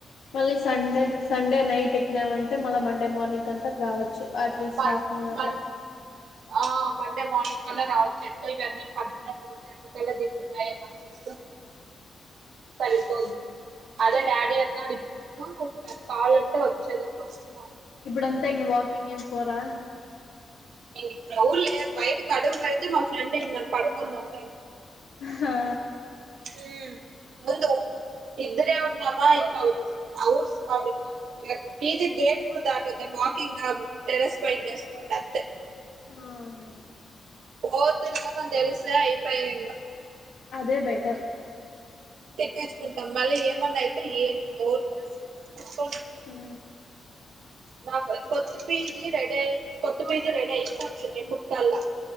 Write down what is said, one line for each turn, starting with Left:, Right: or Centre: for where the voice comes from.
Left: మళ్ళీ సండే సండే నైట్ కినావంటే మళ్ళీ మండే మార్నింగ్ అంతకు రావచ్చు అట్లీస్ట్
Right: మన్
Left: ఆఫ్ అన్ అవర్
Right: మన్
Left: ల
Right: ఆ మండే మార్నింగ్ కలా రావచ్చు ఎట్లా ఇవన్నీ పద్ టికాల దిబ్బతాయ బసస్ సరిపోది అదే డాడీ అన్నాడు ఇప్పుడు కావలంటే వచ్చేది ఒకరు వస్తు
Left: ఇప్పుడు అంతా ఇంగ వాకింగ్ అంత ఏం పోరా
Right: ఇంగ ఇప్పుడు ఓవుల్ లేరు బయటకి అడుగు పెడితే మా ఫ్రెండ్ ఇగ్ నన్ను పట్టుకొని తంతాడు
Left: హా
Right: ఊ ముందు ఇద్దరే వున్నాము ఇంకా అవర్స్ ఔర్స్ కాలేదు పీజీ గేట్ కూడా దాటద్దు వాకింగ్ టెరెస్ పైట్ చేసుకుంట అంతే
Left: ఆహా
Right: పోతున్నమని తెలుస్తె అయిపయి ఇంగ
Left: అదే బెటర్
Right: తిట్టేసుకుంటాం మళ్ళీ ఏమన్నా అయితే ఏంటి ఎవరి పరిస్థితి అనుకోని
Left: ఊహు
Right: నా కది కొత్త పీజి రెడయి కొత్త పీజి రెడయి పోతది రేపటి కలా